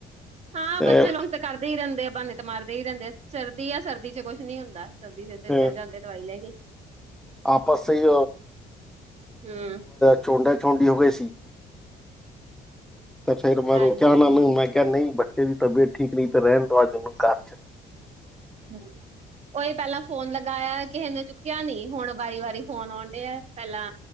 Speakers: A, on the right; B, in the centre.
A: ਹਾਂ
B: ਤੇ
A: ਬੱਚੇ ਲੋਕ ਤਾਂ ਕਰਦੇ ਹੀ ਰੈਂਦੇ ਆ ਬਹਾਨੇ ਤੇ ਮਾਰਦੇ ਹੀ ਰੈਂਦੇ ਆ ਸਰਦੀ ਆ ਸਰਦੀ ਚ ਕੁਛ ਨੀ ਹੁੰਦਾ। ਸਰਦੀ ਦੇ ਤੇ
B: ਫਿਰ
A: ਚਲੇ ਜਾਂਦੇ ਦਵਾਈ ਲੈ ਕੇ
B: ਆਪਸ ਵਿੱਚ
A: ਹੂੰ।
B: ਛੋੱਟਾਚੁਡੀਆਂ ਵਹੇਸੀ। ਤੇ ਫੇਰ ਮੈਂ
A: ਹਾਂਜੀ
B: ਰੋਕਿਆ ਉਨਾਂ ਨੂੰ। ਮੈਂ ਕਿਹਾ ਨਹੀਂ ਬੱਚੇ ਦੀ ਤਬੀਅਤ ਠੀਕ ਨਹੀਂ ਤੇ ਰਹਿਨ ਦੋ। ਅੱਜ ਉਨੂੰ ਘਰ ਚ
A: ਤੈ ਰਹੀ। ਔਹ ਹੇਪੈਲਾਂ ਫੋਨ ਲਗਾਇਆ ਕਿਸੇ ਨੇ ਚੁੱਕਿਆ ਨੀ। ਹੁਨ ਵਾਰੀ ਵਾਰੀ ਫੋਨ ਆਉਨ ਡਿਆਵ ਪੈਂਲਾਂ